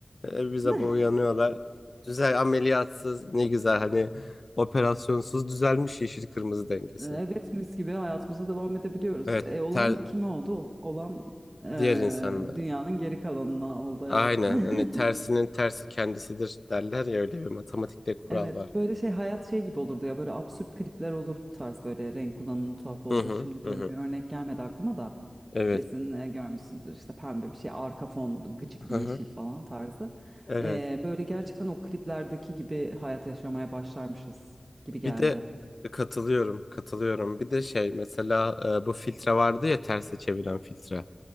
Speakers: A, on the left (about 60°); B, on the right (about 40°).
A: E, bir sabah
B: <laughs>
A: uyanıyorlar. Güzel ameliyatsız ne güzel hani operasyonsuz düzelmiş yeşil kırmızı dengesi.
B: Ee, Evet mis gibi hayatımıza devam edebiliyoruz.
A: Evet
B: E, olan
A: ter,
B: kime oldu? Olan e,
A: diğer insanlar.
B: dünyanın geri kalanına oldu evet.
A: Aynen hani tersinin
B: <laughs>
A: tersi kendisidir derler ya öyle bir matematikte kural
B: Evet
A: var.
B: böyle şey hayat şey gibi olurdu ya böyle absürt klipler olur bu tarz böyle renk kullanımının tuhaf olduğu.
A: Hı hı
B: Şimdi
A: hı.
B: böyle
A: hı.
B: bir örnek gelmedi aklıma da
A: Evet.
B: kesin e, görmüşsündür işte pembe bir şey arka fon gıcık
A: Hı
B: bir yeşil
A: hı.
B: falan tarzı.
A: Evet.
B: E, böyle gerçekten o kliplerdeki gibi hayat yaşamaya başlarmışız gibi geldi.
A: Bir de e, katılıyorum, katılıyorum. Bir de şey mesela e, bu filtre vardı ya terse çeviren filtre.